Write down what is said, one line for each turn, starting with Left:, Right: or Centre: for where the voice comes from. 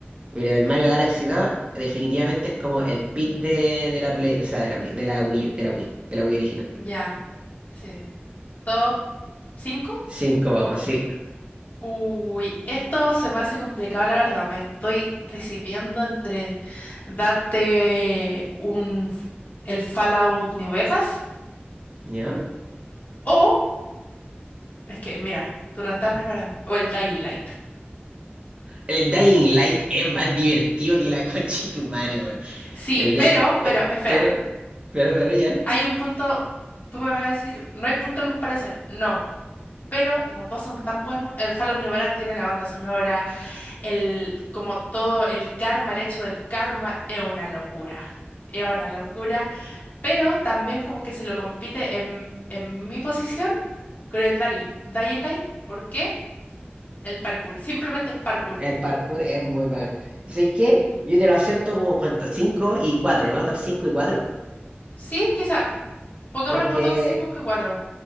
Right: Mira, el Mario Galaxy 2 definitivamente es como el pick de, de la Play, o sea, de la Play, de la Wii, U- de la Wii, de la Wii original.
Left: Ya, sí. Top 5.
Right: cinco vamos, sí.
Left: Uy, esto se me hace complicado, la verdad. Me estoy decidiendo entre darte un el Fallout New Vegas
Right: ¿Ya?
Left: o es que, mira, tú no estás preparado. O el Dying Light.
Right: El Dying Light es más divertido que la <laughs> concha de tu madre, weón.
Left: Sí,
Right: El de.
Left: pero,
Right: eh,
Left: pero, espera,
Right: pero, pero, pero ya.
Left: hay un punto, tú me vas a decir, no hay punto de comparación. No. pero los dos son tan buenos. El Fallout New Vegas tiene la banda sonora, el, como todo el karma, el hecho del karma, es una locura. Es una locura. Pero también como que se lo compite en, en mi posición con el Dali, Dying Light. ¿Por qué? El parkour. Simplemente parkour.
Right: El parkour es muy bacán. ¿Y sabes qué? Yo te lo acepto como cuánto, Cinco y 4, ¿no? Top 5 y cuatro,
Left: Sí, quizás. Pongámoslo
Right: Porque.
Left: como Tom cinco y cuatro.